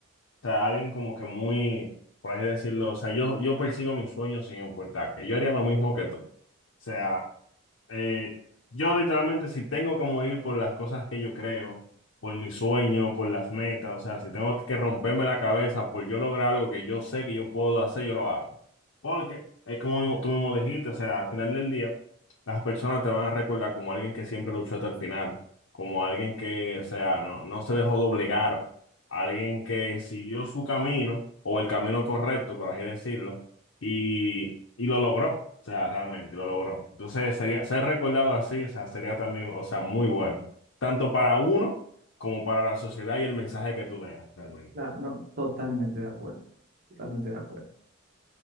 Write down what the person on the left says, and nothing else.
sea, alguien como que muy, por así decirlo, o sea, yo, yo persigo mis sueños sin importar, que yo haría lo mismo que tú. O sea, Eh, yo literalmente si tengo que morir por las cosas que yo creo, por mi sueño, por las metas, o sea, si tengo que romperme la cabeza por yo lograr algo que yo sé que yo puedo hacer, yo lo hago. Porque es como mismo- tú mismo dijiste, o sea, al final del día, las personas te van a recordar como alguien que siempre luchó hasta el final, como alguien que, o sea, no, no se dejó doblegar, alguien que siguió su camino o el camino correcto, por así decirlo y, y lo logró, o sea, realmente lo logró. Entonces, sería, ser recordado así, o sea, sería también, o sea, muy bueno, tanto para uno como para la sociedad y el mensaje que tú dejas, realmente.